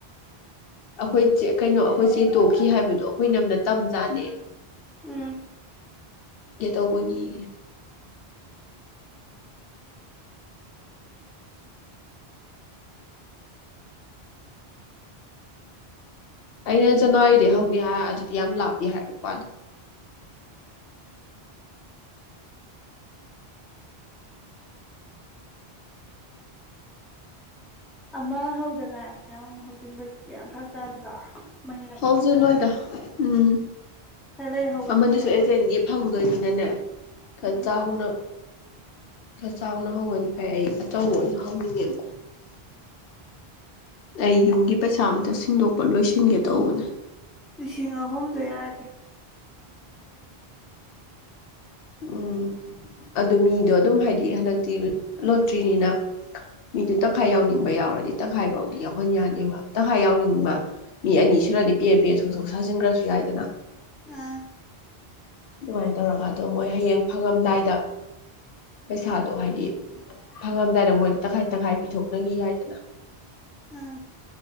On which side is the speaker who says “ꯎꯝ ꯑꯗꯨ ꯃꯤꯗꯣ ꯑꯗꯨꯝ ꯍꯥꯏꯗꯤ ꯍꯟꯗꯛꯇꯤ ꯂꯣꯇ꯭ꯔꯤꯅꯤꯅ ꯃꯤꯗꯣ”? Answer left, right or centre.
Left